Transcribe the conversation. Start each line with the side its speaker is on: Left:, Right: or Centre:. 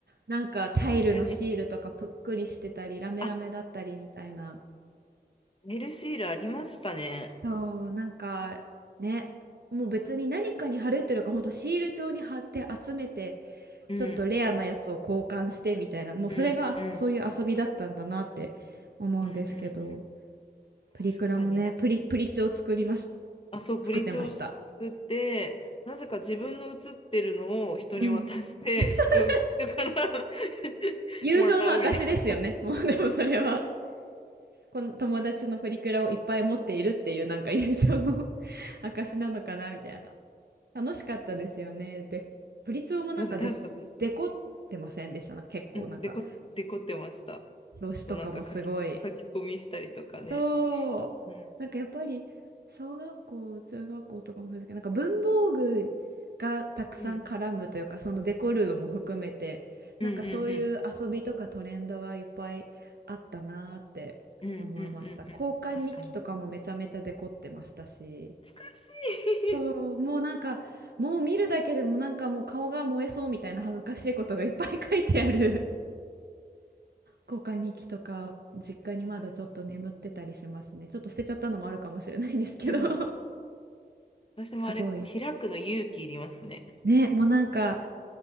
Right: なんかタイルのシールとかぷっくりしてたり、
Left: 確かに
Right: ラメラメだったりみたいな。
Left: あネルシールありましたね
Right: そう、なんかね、もう別に何かに貼るっていうよりか、ほんとシール帳に貼って集めて、
Left: うん
Right: ちょっとレアなやつを交換してみたいな、もうそれがそういう遊びだったんだなって思うんですけど、
Left: うんうんうんうんうん
Right: プリクラもね、
Left: 確かになんか
Right: プリ、プリチョを作りまし、
Left: あそうブリーチを作ってなぜか自分の写ってるのを人に渡して人、
Right: 作ってました。うん。<laughs>
Left: 人から <laughs>
Right: 友情の証ですよね。
Left: もらうみたいな
Right: もうでもそれは。この友達のプリクラをいっぱい持っているっていうなんか友情の <laughs> 証なのかなみたいな。楽しかったですよね。で、プリチョもなんかデ、
Left: そうで楽しかったです
Right: デコってませんでした。なんか結構なんか
Left: うん、デコ、デコってました。
Right: 表紙とかもすごい
Left: あとなんか書き、書き込みしたりとかね。
Right: そう。
Left: うん。
Right: なんかやっぱり小学校、中学校とかもそうですけど、なんか文房具がたくさん絡むというか、
Left: うん。
Right: そのデコるのも含めて、
Left: うん。
Right: なんかそういう遊びとかトレンドがいっぱいあったなーって思いました。
Left: うん。うん。うん。うん。うんうん確かに。
Right: 交換日記とかもめちゃめちゃデコってましたし。
Left: 難し
Right: そう、
Left: い。
Right: もうなんか、もう見るだけでもなんかもう顔が燃えそうみたいな恥ずかしいことがいっぱい書いてある交換日記とか実家にまだちょっと眠ってたりしますね。
Left: <laughs> やば
Right: ちょっと捨てちゃったのもあるかもしれないんですけど
Left: いうん。
Right: <laughs>
Left: 私もあれ、
Right: すごい。
Left: 開くの勇気いりますね。
Right: ね、もうなんか